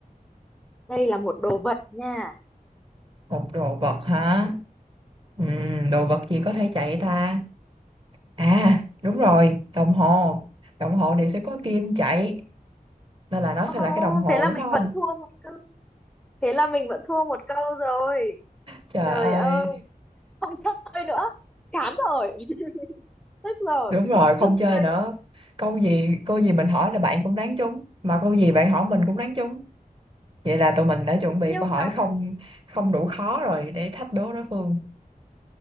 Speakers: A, in the centre; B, on the right.
A: Đây là một đồ vật nha.
B: một đồ vật hả Ừm, đồ vật gì có thể chạy ta à đúng rồi đồng hồ đồng hồ thì sẽ có kim chạy nên là nó
A: Ồ,
B: sẽ là cái đồng hồ
A: thế là
B: đúng
A: mình
B: không
A: vẫn thua một câu. Thế là mình vẫn thua một câu rồi.
B: trời
A: Trời
B: ơi
A: ơi. không chơi nữa chán rồi <laughs> tức rồi
B: đúng rồi
A: <laughs>
B: không
A: không
B: chơi
A: chơi
B: nữa
A: nữa
B: câu gì câu gì mình hỏi là bạn cũng đoán trúng mà câu gì bạn hỏi mình cũng đoán trúng vậy là tụi mình đã chuẩn bị
A: nhưng
B: câu hỏi
A: mà
B: không không đủ khó rồi để thách đố đối phương